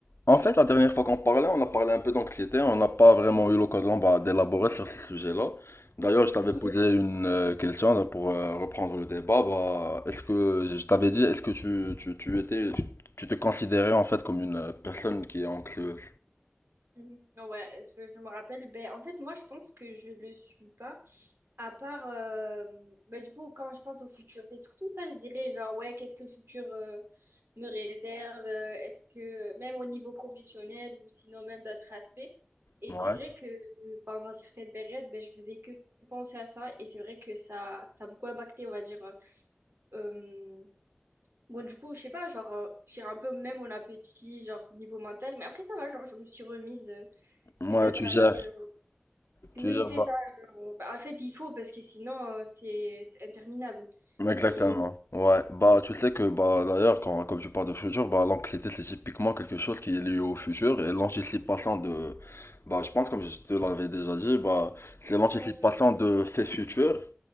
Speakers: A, on the left; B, on the right.
A: En fait, la dernière fois qu'on parlait, on a parlé un peu d'anxiété, on n'a pas vraiment eu l'occasion bah, d'élaborer sur ce sujet-là. D'ailleurs, je t'avais
B: Ouais,
A: posé une euh, question là, pour euh, reprendre le débat. Bah, est-ce que je t'avais dit, est-ce que tu, tu, tu étais, tu te considérais en fait comme une euh, personne qui est anxieuse?
B: Mm. Ouais, je, je me rappelle. Ben, en fait, moi, je pense que je le suis pas. À part, euh, ben, du coup, quand je pense au futur, c'est surtout ça, je dirais, genre, ouais, qu'est-ce que le futur euh, me réserve? euh, Est-ce que, même au niveau professionnel ou sinon même d'autres aspects. Et
A: Ouais.
B: c'est vrai que euh, pendant certaines périodes, ben, je faisais que penser à ça. Et c'est vrai que ça, ça a beaucoup impacté, on va dire. euh, euh, Bon, du coup, je sais pas, genre, euh, j'ai un peu même mon appétit, genre, niveau mental. Mais après, ça va, genre, je me suis remise. euh, Cet
A: Moi,
B: état-là,
A: tu gères,
B: euh, oui,
A: tu gères.
B: c'est
A: bah,
B: ça. euh, bah, en fait, il faut parce que sinon, euh, c'est c'est interminable.
A: Exactement.
B: Et
A: Ouais. Bah, tu sais que, bah, d'ailleurs, quand, comme tu parles de futur, bah, l'anxiété, c'est typiquement quelque chose qui est lié au futur et l'anticipation de, bah, je pense, comme je te l'avais déjà dit, bah, c'est l'anticipation
B: Euh,
A: de faits futurs.